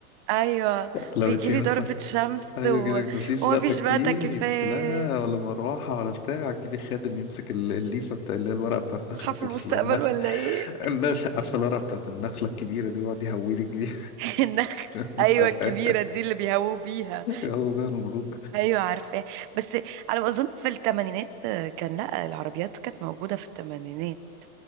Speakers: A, on the right; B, on the left.
A: أيوة
B: لو
A: ويجيلي
B: انت مثلا
A: ضربة شمس
B: ايوه
A: و...
B: يجيلك مفيش
A: ومفيش
B: بقى تكييف
A: بقى تكييفات
B: لا ولا مروحه ولا بتاع تجيبي خادم يمسك ال- الليفه بتاع اللي هي الورقه بتاعت نخله
A: أصحى في المستقبل
B: ال- النخل
A: ولا إيه
B: الناس عارفه الورقه بتاعت النخله الكبيره دي ويقعد يهويلك بيها
A: <laughs> النخل
B: <laughs>
A: ايوه الكبيره دي اللي بيهووا بيها
B: هو بقى الملوك
A: ايوه عارفاه بس على ما اظن في الثمانينات كان لا العربيات كانت موجوده في الثمانينات